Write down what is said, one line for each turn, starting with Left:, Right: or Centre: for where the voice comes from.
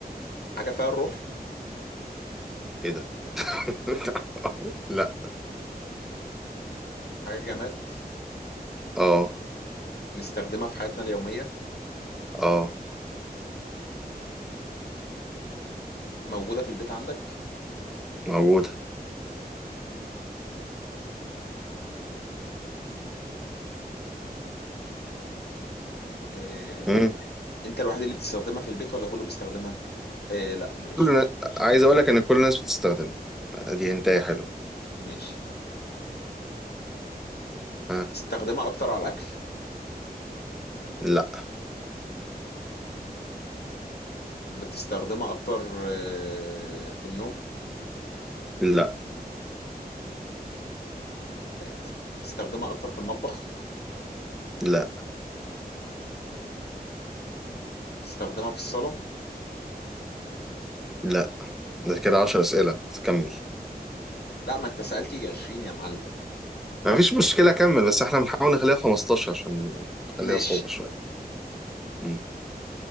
Left: حاجة فيها الروح
Centre: ايه ده <laughs> لا
Left: حاجة جماد
Centre: اه
Left: بنستخدمها في حياتنا اليومية
Centre: اه
Left: موجودة في البيت عندك
Centre: موجودة
Left: آه،
Centre: مم.
Left: انت الوحيد اللي بتستخدمها في البيت ولا كله بيستخدمها إيه لا ماشي
Centre: كل- النا-
Left: ماشي مش
Centre: عايز
Left: يعني
Centre: اقول لك ان كل الناس بتستخدمها دي انتهي حلو
Left: ماشي
Centre: ها
Left: بتستخدمها اكتر على الاكل
Centre: لا
Left: بتستخدمها اكتر آه، في النوم
Centre: لا
Left: آه، بتستخدمها اكتر في المطبخ
Centre: لا
Left: بتستخدمها في الصلاة
Centre: لا ده كده 10 اسئله كمل
Left: لا ما انت سألت يجي 20 يا معلم
Centre: ما فيش مشكله كمل بس احنا بنحاول نخليها 15 عشان نخليها
Left: ماشي
Centre: صعبه شويه مم.